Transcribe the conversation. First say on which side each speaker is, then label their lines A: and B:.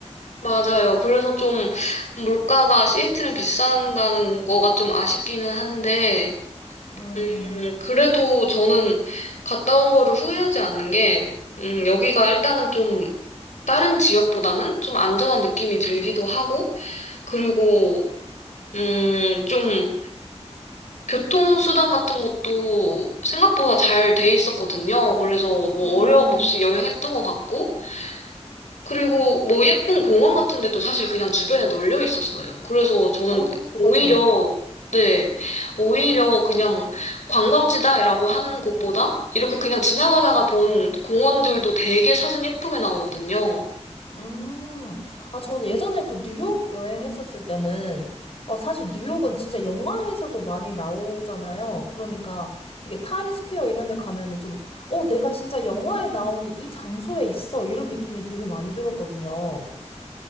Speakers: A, on the left; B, on the left.
A: 맞아요. 그래서 좀 물가가 시애틀은 비싼다는 거가 좀 아쉽기는 한데,
B: 음,
A: 음, 그래도 저는 갔다 온 거를 후회하지 않는 게, 음, 여기가 일단은 좀 다른 지역보다는 좀 안전한 느낌이 들기도 하고, 그리고 음, 좀 교통수단 같은 것도 생각보다 잘 돼 있었거든요. 그래서 뭐
B: 음,
A: 어려움 없이 여행했던 것 같고, 그리고 뭐 예쁜 공원 같은 데도 사실 그냥 주변에 널려 있었어요. 그래서 저는
B: 어, 그거
A: 오히려,
B: 좋아.
A: 네, 오히려 그냥 관광지다라고 하는 곳보다 이렇게 그냥 지나가다가 본 공원들도 되게 사진 예쁘게 나오거든요.
B: 음, 아, 저는 예전에 그 뉴욕 여행했었을 때는, 어, 사실 뉴욕은 진짜 영화에서도 많이 나오잖아요. 그러니까 이게 타임스퀘어 이런 데 가면은 좀, 어, 내가 진짜 영화에 나오는 이 장소에 있어. 이런 느낌이 되게 많이 들었거든요.